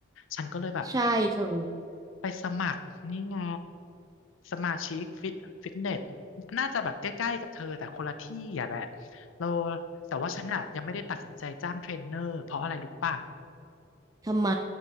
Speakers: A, on the left; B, on the right.
A: ฉันก็เลยแบบ
B: ใช่เธอ
A: ไปสมัครนี่ไงสมาชิกฟิตฟิตเนสน่าจะแบบใกล้ๆกับเธอแต่คนละที่อ่ะแหละเราแต่ว่าฉันอ่ะยังไม่ได้ตัดสินใจจ้างเทรนเนอร์เพราะอะไรรู้ป่ะ
B: ทำไม